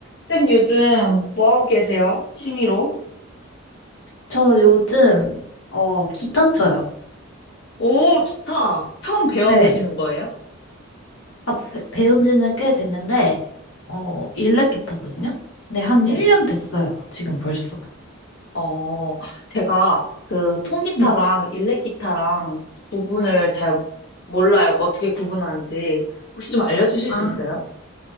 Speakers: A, on the left; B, on the left.
A: 쌤 요즘 뭐 하고 계세요? 취미로?
B: 저 요즘, 어, 기타 쳐요.
A: 오, 기타. 처음 배워보시는
B: 네.
A: 거예요?
B: 아, 배- 배운 지는 꽤 됐는데, 어, 일렉 기타거든요? 근데 한
A: 네.
B: 1년 됐어요. 지금 벌써.
A: 어, 제가 그 통기타랑
B: 네.
A: 일렉기타랑 구분을 잘 몰라요. 어떻게 구분하는지. 혹시 좀 알려주실
B: 아,
A: 수 있어요?